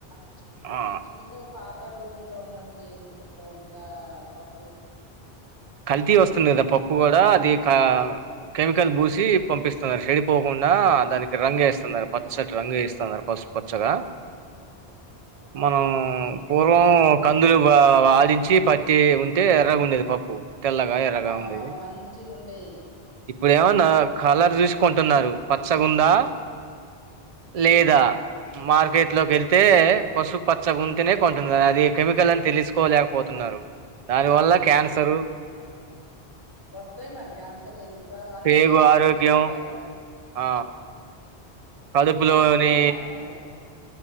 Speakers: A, on the left (about 20°); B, on the right (about 50°).
A: ప్చ్
B: ఆ
A: నాకెందుకో పాత రోజు రోజుల్లో ఉన్నట్లేదు ఇప్పట్లో ఉండ పప్పు
B: కల్తీ వస్తుంది కదా పప్పు కూడా అది క కెమికల్ పూసి పంపిస్తున్నారు చెడిపోకుండా నా దానికి రంగు వేస్తున్నారు పచ్చటి రంగు వేస్తున్నారు పసు పచ్చగా
A: వామ్మో
B: మనం
A: ఆ
B: పూర్వం కందులు బా ఆడించి పట్టి ఉంటే ఎర్రగా ఉండేది పప్పు తెల్లగా ఎర్రగా
A: ఆ
B: ఉండేది
A: మంచిగుండేయి
B: ఇప్పుడు ఏమో నా కలర్ చూసి కొంటున్నారు పచ్చగుందా లేదా మార్కెట్ లోకి వెళ్తే పసుపు పచ్చ గుంతనే కొంటునారు అది కెమికల్ అని తెలుసుకోలేకపోతు నారు దాని వల్ల క్యాన్సర్
A: నా వస్తాయి మరి క్యాన్సర్ లు ఎందుకు
B: పేగు
A: కీ రోజుల్లో
B: ఆరోగ్యం
A: జూసారా
B: ఆ అదుపులోని
A: చూసినా క్యాన్సర్లే